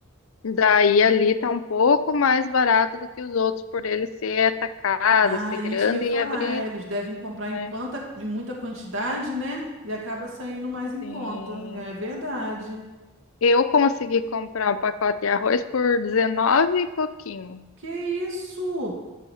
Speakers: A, on the left; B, on the right.
A: Daí ali tá um pouco mais barato do que os outros, por ele ser atacado,
B: Ah,
A: ser grande
B: isso que eu ia falar.
A: e abrir,
B: é, eles devem comprar
A: né?
B: em quanta, em muita quantidade, né? E acaba saindo mais em
A: Sim.
B: conta. É verdade.
A: Eu consegui comprar um pacote de arroz por 19 e pouquinho.
B: Que isso?